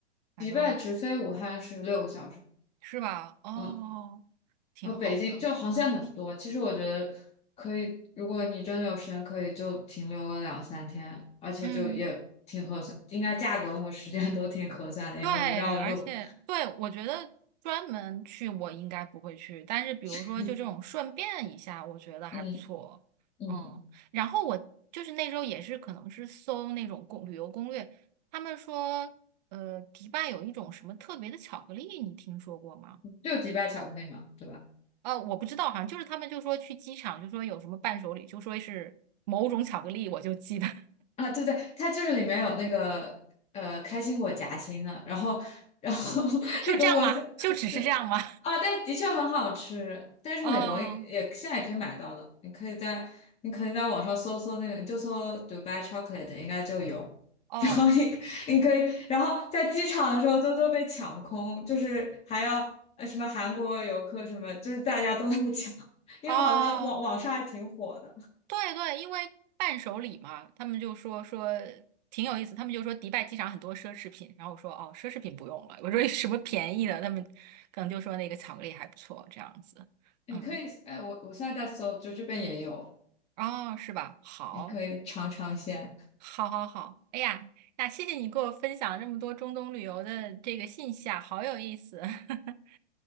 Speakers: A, on the right; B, on the left.
A: 反正
B: 迪拜直飞武汉是六个小时，
A: 是吧？哦，
B: 嗯，
A: 挺好的。
B: 呃，北京就航线很多。其实我觉得可以，如果你真的有时间，可以就停留个两三天，而且就也挺合算，
A: 嗯。
B: 应该价格和时间都挺合算的，
A: 对，
B: 也没有绕路。
A: 而且对，我觉得专门去我应该不会去，但是比如说就这种顺便一下，
B: <laughs>
A: 我觉得还不错。
B: 嗯嗯，
A: 嗯，然后我就是那时候也是可能是搜那种攻旅游攻略，他们说，呃，迪拜有一种什么特别的巧克力，你听说过吗？
B: 就迪拜巧克力嘛，对吧？
A: 呃，我不知道，好像就是他们就说去机场就说有什么伴手礼，就说是某种巧克力，我就记得
B: 啊，对对，它就是里面有那个呃开心果夹心的，然后然后 <laughs>
A: <laughs> 就这样吗？
B: 那个我
A: 就只是这样吗？
B: 对啊，但的确很好吃，但是美国也现在也可以买到的，
A: <laughs> 哦
B: 你可以在你可以在网上搜搜那个，你就搜 Dubai chocolate 应该就有。
A: 哦
B: 然后你你可以，然后在机场的时候都都被抢空，就是还要呃什么韩国游客什么，就是大家都那么抢，因为好像网网上还挺火的。
A: 哦。对对，因为伴手礼嘛，他们就说说挺有意思，他们就说迪拜机场很多奢侈品，然后我说哦，奢侈品不用了，我说有什么便宜的，他们可能就说那个巧克力还不错，这样子，
B: 你可以，
A: 嗯，
B: 哎，我我现在在搜，就这边也有，
A: 哦，是吧？好，
B: 你可以尝尝鲜。
A: 好，好，好，哎呀，那谢谢你给我分享这么多中东旅游的这个信息啊，好有意思，<laughs>